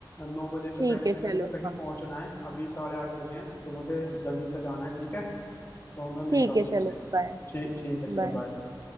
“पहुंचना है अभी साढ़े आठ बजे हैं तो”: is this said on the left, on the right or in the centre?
Left